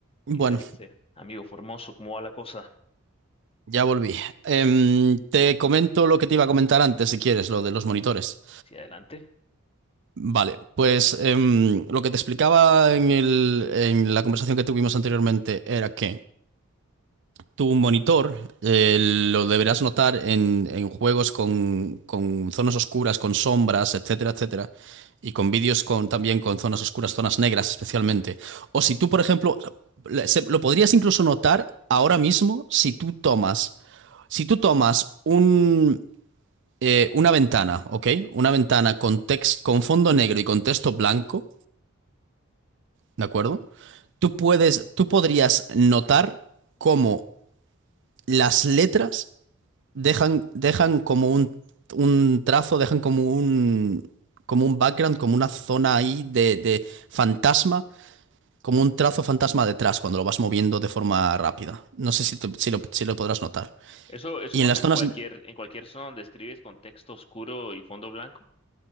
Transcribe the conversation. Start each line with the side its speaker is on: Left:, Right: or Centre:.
Right: Bueno,
Left: ¿Qué se dice? Amigo Formoso, ¿cómo va la cosa?
Right: ya volví. Em, te comento lo que te iba a comentar antes, si quieres, lo de los monitores.
Left: ¿Hacia adelante?
Right: Vale, pues em, lo que te explicaba en el- en la conversación que tuvimos anteriormente era que tu monitor eh, lo deberás notar en, en juegos con, con zonas oscuras, con sombras, etcétera, etcétera, y con vídeos con, también con zonas oscuras, zonas negras especialmente. O si tú, por ejemplo, le- se- lo podrías incluso notar ahora mismo si tú tomas Si tú tomas un, eh, una ventana, ¿ok? Una ventana con text- con fondo negro y con texto blanco, ¿de acuerdo? Tú puedes, tú podrías notar cómo las letras dejan, dejan como un, un trazo, dejan como un, como un background, como una zona ahí de, de fantasma, como un trazo fantasma detrás cuando lo vas moviendo de forma rápida. No sé si, te- si lo, si lo podrás notar.
Left: Eso, eso
Right: Y
Left: pasa
Right: en las
Left: en
Right: zonas,
Left: cualquier, en cualquier zona donde escribes con texto oscuro y fondo blanco,